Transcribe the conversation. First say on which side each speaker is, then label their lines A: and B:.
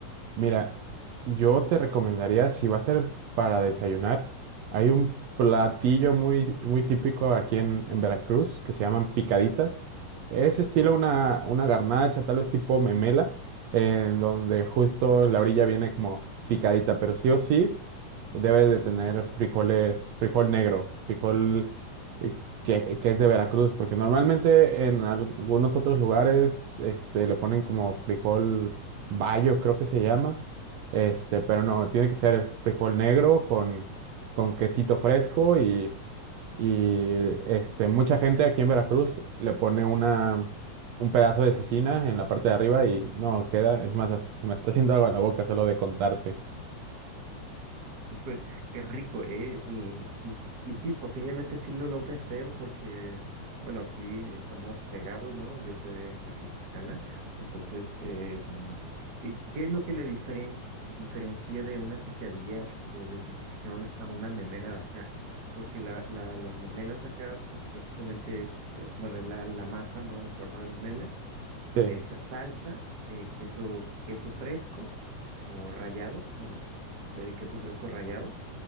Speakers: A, on the right (about 70°); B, on the right (about 40°).
A: Mira, yo te recomendaría, si va a ser para desayunar, hay un platillo muy, muy típico aquí en, en Veracruz que se llaman picaditas. Es estilo una, una garnacha, tal vez tipo memela, en donde justo la orilla viene como picadita, pero sí o sí debes de tener frijoles, frijol negro, frijol eh, que, que es de Veracruz, porque normalmente en algunos otros lugares este, le ponen como frijol Bayo, creo que se llama. Este, pero no, tiene que ser el frijol negro con, con quesito fresco y, y este, mucha gente aquí en Veracruz le pone una, un pedazo de cecina en la parte de arriba y no queda, es más, hasta se me está haciendo agua en la boca solo de contarte.
B: Pues qué rico, ¿eh? Y, y, s- y sí, posiblemente sí lo logre hacer porque, bueno, aquí estamos pegados, ¿no? Yo soy de, de Tlaxcala, entonces, eh, mm, ¿qué, qué es lo que le diferen- diferencia de una picadilla de, de tu región a una memela de acá? Porque la, la, las memelas acá, pues prácticamente es, eh, bueno, es la, la masa, ¿no? En forma de memela, se
A: Sí,
B: le echa salsa, eh, queso, queso fresco o rallado, bueno el queso fresco rallado